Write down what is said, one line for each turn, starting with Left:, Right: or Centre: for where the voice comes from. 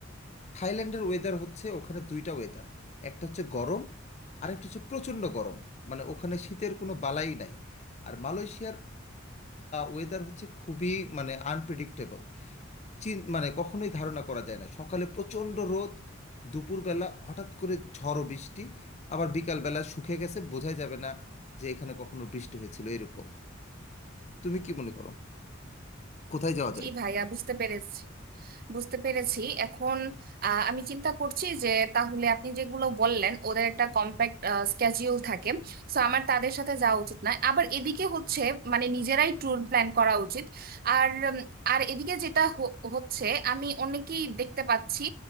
Left: থাইল্যান্ডের ওয়েদার হচ্ছে ওখানে দুইটা ওয়েদার একটা হচ্ছে গরম আর একটা হচ্ছে প্রচণ্ড গরম মানে ওখানে শীতের কোনো বালাই নাই আর মালয়েশিয়ার ওয়েদার হচ্ছে খুবই মানে আনপ্রেডিক্টেবল চিন মানে কখনোই ধারণা করা যায় না সকালে প্রচণ্ড রোদ দুপুরবেলা হঠাৎ করে ঝড় ও বৃষ্টি আবার বিকালবেলা শুকিয়ে গেছে বোঝাই যাবে না যে এখানে কখনো বৃষ্টি হয়েছিল এরকম তুমি কি মনে করো কোথায় যাওয়া যায়
Right: জি ভাইয়া বুঝতে পেরেছি বুঝতে পেরেছি এখন আহ, আমি চিন্তা করছি যে তাহলে আপনি যেগুলো বললেন ওদের একটা কম্প্যাক্ট স্কেজিউল থাকে সো আমার তাদের সাথে যাওয়া উচিত নয় আবার এদিকে হচ্ছে মানে নিজেরাই ট্যুর প্ল্যান করা উচিত আর উম, আর এদিকে যেটা হ- হচ্ছে আমি অনেকেই দেখতে পাচ্ছি